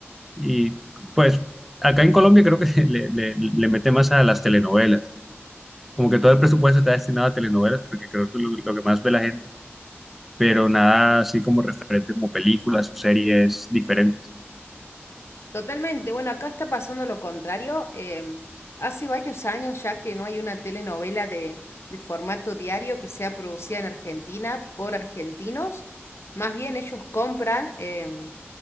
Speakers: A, in the centre; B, on the left (about 70°).
A: y pues acá en Colombia creo que <laughs> le, le, le mete más a las telenovelas, como que todo el presupuesto está destinado a telenovelas porque creo que lo, lo que más ve la gente, pero nada así como referente como películas o series diferentes.
B: Totalmente. Bueno, acá está pasando lo contrario. em, hace varios años ya que no hay una telenovela de, de formato diario que sea producida en Argentina por argentinos. Más bien ellos compran em,